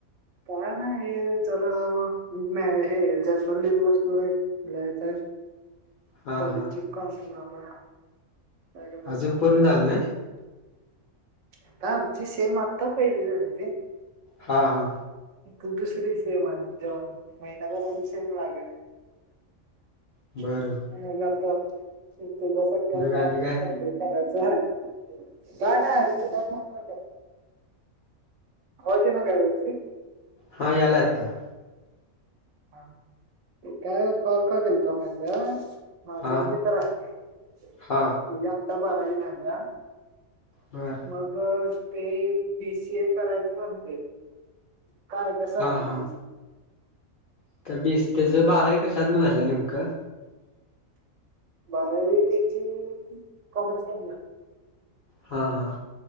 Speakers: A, on the right; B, on the left.
A: काय नाही जरा म हे जरनल लिहित बसलोय. लिहायचय.
B: हा
A: कॉलेज
B: हा
A: ची कामं बाबा. काय बसा
B: अजून पूर्ण झालं नाय.
A: आता आमची सेम आता पहिली झाली रे-
B: हा हा.
A: तू दुसरी सेम आहे ज महिनाभरान सेम लागेल.
B: बर.
A: मग
B: बर.
A: आता ते तेझ्यासाठी आता
B: मग आणि काय?
A: कंप्लीट करायचं हाय. काय नाही <unintelligible> आवाज येइन का व्यवस्थित?
B: हा यालाय आता.
A: ह काय कॉल का केलता माहितीय- माझा
B: हा
A: एक मित्र आहे
B: हा
A: <unintelligible> आत्ता बारावी झाल्या.
B: बर
A: मग ते बीसीए करायच म्हणतय. काय कस असतय
B: हा हा.
A: बीसीए-
B: <unintelligible> बारावी कशात न झाल्या नेमकं?
A: बारावी तेजी कॉमर्सला
B: हां हां